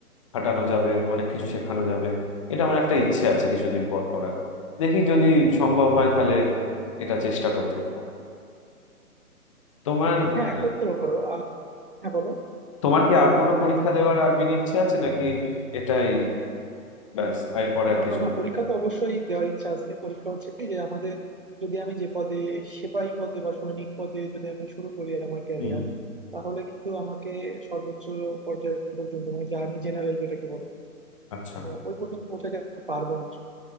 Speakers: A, on the left (about 20°); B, on the right (about 40°).
A: খাটানো যাবে অনেক কিছু শেখানো যাবে এটা আমার একটা ইচ্ছে আছে কিছুদিন পর করার দেখি যদি সম্ভব হয় তাহলে এটা চেষ্টা করে দেখবো তোমার
B: হ্যাঁ
A: আহ,
B: করতে পারো আহ, হ্যাঁ বলো
A: তোমার কি আর কোনো পরীক্ষা দেওয়ার আর্মির ইচ্ছে আছে নাকি এটাই ব্যাস এরপরে
B: আহ
A: আর কিছু
B: না
A: না?
B: পরীক্ষা তো অবশ্যই দেওয়ার ইচ্ছা আছে পরীক্ষা হচ্ছে কি যে আমাদের যদি আমি যে পদে সেপাহী পদে বা সৈনিক পদে যদি আমি শুরু করি আমার ক্যারিয়ার
A: হুম
B: তাহলে কিন্তু আমাকে সর্বোচ্চ পর্যায় পর্যন্ত মানে যে আর্মি জেনারেল যেটাকে বলে
A: আচ্ছা
B: আহ, ওই পর্যন্ত পৌঁছাতে পারবো না